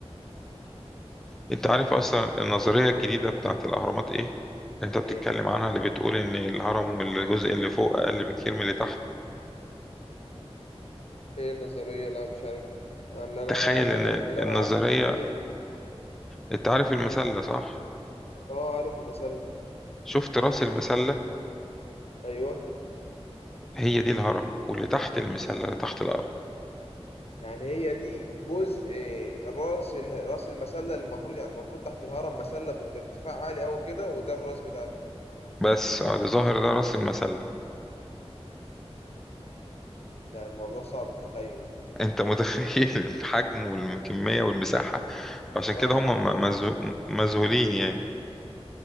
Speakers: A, in the centre; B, on the left (about 70°).
A: انت عارف اصلا النظريه الجديده بتاعت الاهرامات ايه انت بتتكلم
B: إيه
A: عنها اللي بتقول ان الهرم والجزء اللي فوق اقل بكتير من اللي تحت
B: إيه النظرية لا مش عارف آه، اللي أنا
A: تخيل
B: اللي
A: ان
B: أنا اللي
A: النظريه
B: أنا عارفه كحكيته
A: انت عارف المسله صح
B: اه عارف المثل
A: شفت راس المسله
B: أيوه
A: هي دي الهرم واللي تحت المسله اللي تحت الارض
B: يعني هي دي جزء آه، راس ال- راس المسله اللي المفروض يعني المفروض تحت الهرم مسله ب- بارتفاع عالي قوي كده وده الراس بتاعته
A: بس اه، اللي ظاهر ده راس المسله
B: لا الموضوع صعب التخيل
A: انت متخيل <laughs> الحجم والكميه والمساحه فعشان
B: صعب
A: كده هم
B: التخيل
A: م- مذهو- مذهولين يعني